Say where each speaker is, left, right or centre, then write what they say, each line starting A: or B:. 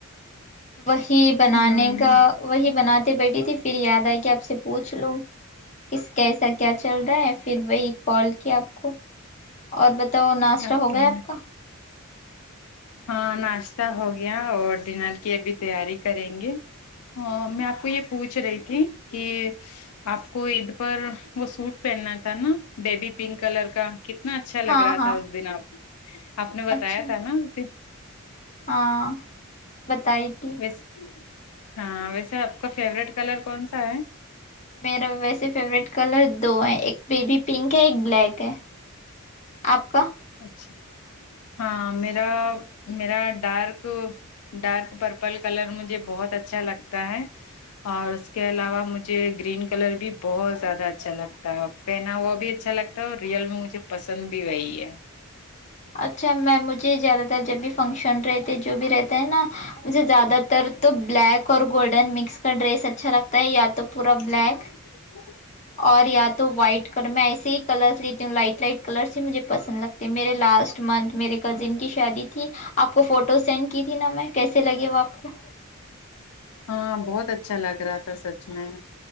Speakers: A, on the left; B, on the left.
A: وہی بنانے
B: ہوں
A: کا وہی بنات بیٹھی تھی پھر یاد آئے کہ آپ سے پوچھ لو ک کیسا کیا چل رہا ہے پھر وہی کال کیا آپ کو اور بتاؤ ناس
B: اوکے
A: ہو گیا آپ کا
B: ہاں ناشتہ ہو گیا اور ڈنر کی ابھی تیاری کریں گے ہاں میں آپ کو یہ پوچھ رہی تھی کہ آپ کو عید پر وہ سوٹ پہننا تھا نا بیبی پنک کلر کا کتنا اچھا لگ
A: ہاں
B: رہا
A: ہاں
B: تھا اس دن آپ آپ نے بتایا
A: اچھا
B: تھا نا اس دن
A: ہاں بتائی تھی
B: ویس ہاں ویسے آپ کا فیوریٹ کلر کون سا ہے
A: میرا ویسے فیوروریٹ کلر دو ہیں ایک بیبی پنک ہے ایک بلیک ہے آپ کا
B: اچھا ہاں میرا میرا ڈارک ڈارک پرپل کلر مجھے بہت اچھا لگتا ہے اور اس کے علاوہ مجھے گرین کلر بھی بہت زیادہ اچھا لگتا ہے پہنا ہوا بھی اچھا لگتا ہے اور ریل میں مجھے م پسند بھی وہی ہے
A: اچھا میم مجھے زیادہ تر جب بھی فنکشن رہتے جو بھی رہتا ہے نا مجھے زیادہ تر تو بلیک اور گولڈن مکس کا ڈریس اچھا لگتا ہے یا تو
B: <inaudible>
A: پورا بلیک اور یا تو وائٹ کلر میں ایسے ہی کلرس لیتی ہوں لائٹ لائٹ کلرس ہی مجھے پسند لگتے میرے لاسٹ منتھ میرے کزن کی شادی تھی آپ کو فوٹو سینڈ کی تھی نا میں کیسے لگے وہ آپ کو
B: ہاں بہت اچھا لگ رہا تھا سچ میں